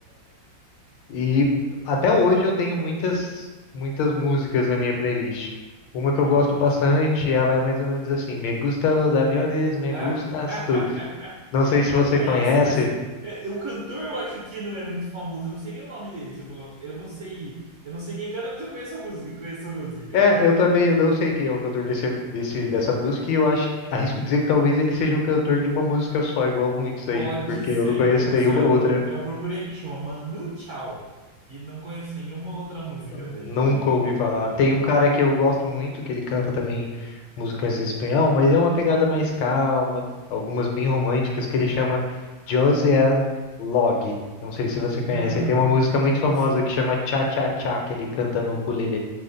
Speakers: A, on the left (about 80°); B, on the right (about 60°).
A: E até hoje eu tenho muitas, muitas músicas na minha playlist. Uma que
B: Eu
A: eu gosto
B: gosto.
A: bastante, ela é mais ou menos assim: Me gusta los aviones, me
B: Ah,
A: gustas
B: <laughs>
A: tu. Não sei se
B: eu
A: você
B: conheço,
A: conhece.
B: mas é, o cantor eu acho que não é muito famoso. Eu não sei nem o nome dele. Se eu falar, eu não sei, eu não sei quem canta, mas eu conheço a música, eu conheço a música.
A: É, eu também, eu não sei quem é o cantor desse, desse, dessa música, e eu acho, arrisco dizer que talvez ele seja um cantor de uma música só, igual muitos aí,
B: Pode
A: porque
B: ser,
A: eu não conheço
B: pode
A: nenhuma
B: ser, ó.
A: outra.
B: Eu procurei aqui, chama Manu Chao. E não conheço nenhuma outra música
A: Não.
B: dele
A: Nunca
B: também.
A: ouvi falar.
B: Não.
A: Tem um cara que eu gosto muito, que ele canta também músicas em espanhol, mas é uma pegada mais calma, algumas bem românticas, que ele chama Josean Log. Não sei se você
B: Não,
A: conhece. Ele tem uma música
B: não conheço,
A: muito famosa
B: não.
A: que chama Cha Cha Cha, que ele canta no ukulele.